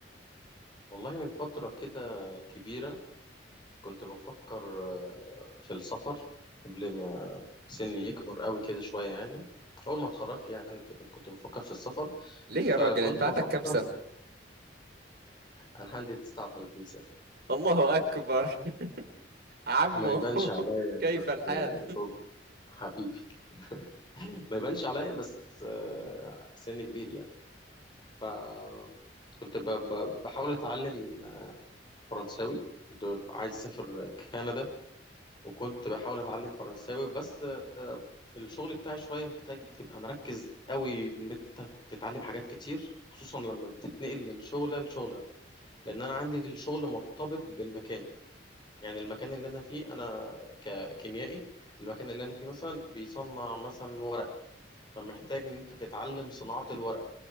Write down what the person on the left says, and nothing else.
والله من فترة كده كبيرة كنت بفكر آه، في السفر قبل ما سني يكبر قوي كده شوية يعني أول ما اتخرجت يعني كده كنت بفكر في السفر
فكنت
بفكر
أنا عندي 39 سنة
ما يبانش
عليا
بس
آه، صوت حبيبي <laughs> ما يبانش عليا بس آه، سن كبير يعني فكنت بحاول أتعلم فرنساوي كنت عايز أسافر كندا وكنت بحاول اتعلم فرنساوي بس آه، الشغل بتاعي شويه محتاج تبقى مركز قوي ان انت تتعلم حاجات كتير خصوصا لما بتتنقل من شغله لشغله لان انا عندي الشغل مرتبط بالمكان يعني المكان اللي انا فيه انا ككيميائي المكان اللي انا فيه مثلا بيصنع مثلا ورق فمحتاج ان انت تتعلم صناعه الورق